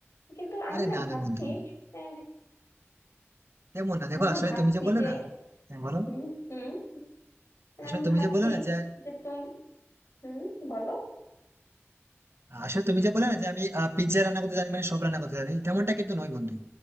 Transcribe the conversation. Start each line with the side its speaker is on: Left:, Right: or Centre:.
Left: কিন্তু আমি
Right: আরে
Left: না
Right: না
Left: ভাবছি
Right: না বন্ধু
Left: আহ,
Right: কেমন না দেখো
Left: আমি না
Right: আসলে
Left: ভাবছি
Right: তুমি যে বলে
Left: যে
Right: না হ্যাঁ বলো
Left: হুম হুম মানে
Right: আসলে
Left: আমি
Right: তুমি
Left: ভাবছি
Right: যে বলে না যে
Left: যে তুমি হুম বলো
Right: আসলে তুমি যে বলে না যে আমি পিৎজা রান্না করতে জানি মানে সব রান্না করতে জানি তেমনটা কিন্তু নয় বন্ধু